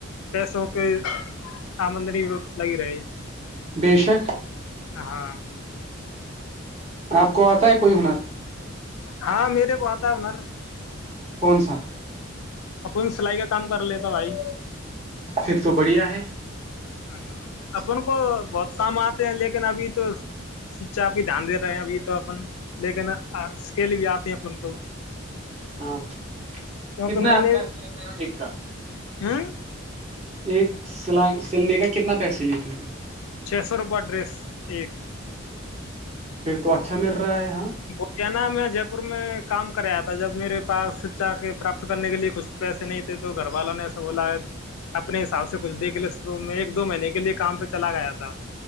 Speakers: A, on the left; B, on the right.
A: پیسوں کے آمدنی لگی رہی
B: بے شک
A: ہاں
B: آپ کو آتا ہے کوئی ہنر
A: ہاں میرے کو آتا ہے ہنر
B: کون سا
A: اپن سلائی کا کام کر لیتا بھائی
B: پھر تو بڑھیا ہے
A: <unintelligible>
B: <unintelligible>
A: کیونکہ میں نے <inaudible>
B: ایک سیلنے کا کتنا پیسے لیتے ہو
A: چھے سو روپیہ ڈریس ایک
B: پھر تو اچھا مل رہا ہے یہاں
A: <unintelligible> کریا تھا جب میرے پاس سا کے پراپت کرنے کے لیے کچھ پیسے نہیں تھے تو گھر والوں نے ایسا بولا اپنے حساب سے کچھ دیکھ لیے تو میں ایک دو مہینے کے لیے کام پہ چلا گیا تھا